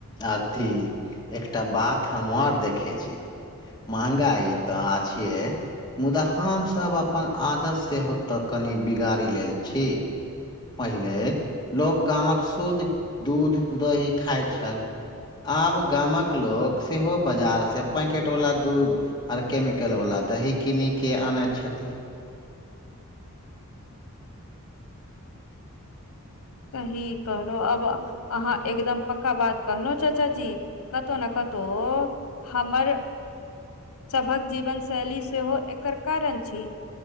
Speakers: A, on the left; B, on the left.
A: आरती एकटा बात हम अर देखै छी महगाई तऽ आ छिये मुदा हम सभ अपन आदत सेहो तऽ कनि बिगाड़ी लेल छी पहिले लोक गामक शुद्ध दूध दही खाइ छल आब गामक लोक सेहो बाजार से पैकेट वला दूध आर केमिकल वला दही कीनि केँ आनैत छथि
B: सही कहलहु अब अहाँ एकदम पक्का बात कहलहु चाचा जी कतहु नऽ कतहु हमर सभक जीवनशैली सेहो एकर कारण छी